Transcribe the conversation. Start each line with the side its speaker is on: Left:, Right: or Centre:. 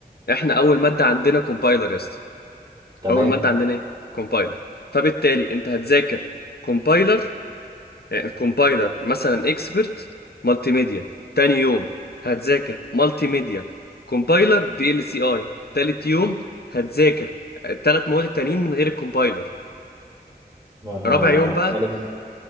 Left: احنا اول ماده عندنا كومبايلر يا اسطى
Right: تمام
Left: اول ماده عندنا ايه كومبايلر فبالتالي انت هتذاكر كومبايلر يعني الكومبايلر مثلا اكسبرت مالتي ميديا تاني يوم هتذاكر مالتي ميديا كومبايلر في ال سي اي تالت يوم هتذاكر التلات مواد التانيين من غير الكومبايلر
Right: لا،
Left: رابع
Right: انا
Left: يوم
Right: اختلف
Left: بقى